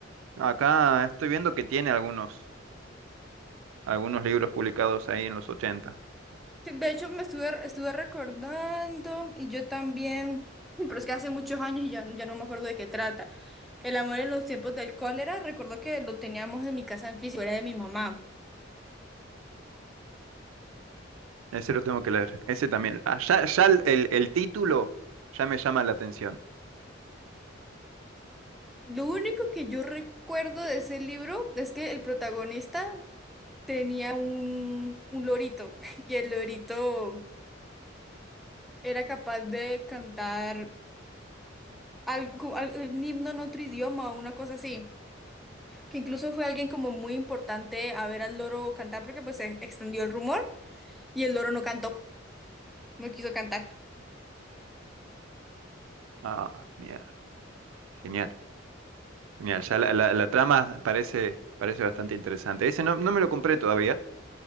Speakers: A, on the right (about 85°); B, in the centre.
A: acá estoy viendo que tiene algunos, algunos libros publicados ahí en los 80.
B: Sí, De hecho, me estuve, estuve recordando y yo también, pero es que hace muchos años y ya, ya no me acuerdo de qué trata. El amor en los tiempos del cólera, recuerdo que lo teníamos en mi casa en físico, era de mi mamá.
A: Ese lo tengo que leer. Ese también. Ah, ya ya el, el- el título ya me llama la atención.
B: Lo único que yo recuerdo de ese libro es que el protagonista tenía un, un lorito <laughs> y el lorito... era capaz de cantar algo- al- un himno en otro idioma o una cosa así. Que incluso fue alguien como muy importante a ver al loro cantar porque pues se extendió el rumor y el loro no cantó, no quiso cantar.
A: Ah, mierda. Genial, genial. Ya la, la- la trama parece, parece bastante interesante. Ese no, no me lo compré todavía,